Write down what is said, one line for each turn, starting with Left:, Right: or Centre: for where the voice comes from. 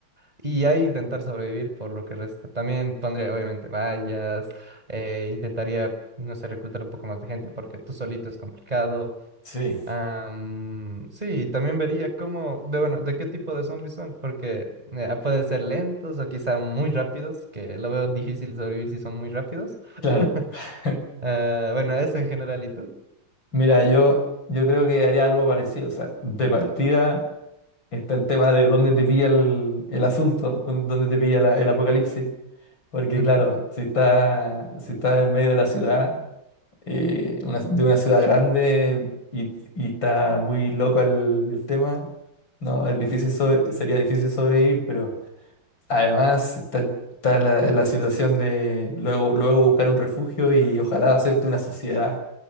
Right: y ahí intentar sobrevivir por lo que resta. También pondría, obviamente, vallas, eh, intentaría, no sé, reclutar un poco más de gente, porque tú solito es complicado.
Left: Sí,
Right: Am, sí, también vería cómo, de, bueno, de qué tipo de zombies son, porque eh, pueden ser lentos o quizá muy rápidos, que lo veo difícil sobrevivir si son muy rápidos.
Left: claro.
Right: <laughs>
Left: <laughs>
Right: Ah, bueno, eso en general, ¿y tú?
Left: Mira, yo, yo creo que haría algo parecido. O sea, de partida está el tema de dónde te pilla el, el asunto, dónde dónde te pilla la- el apocalipsis. Porque
Right: Ujú,
Left: claro, si está, si está en medio de la ciudad, eh, una- de una ciudad grande y, y está muy loco el, el tema, no, es difícil sobre- sería difícil sobrevivir, pero además está, el- está la, la situación de luego, luego buscar un refugio y ojalá hacerte una sociedad,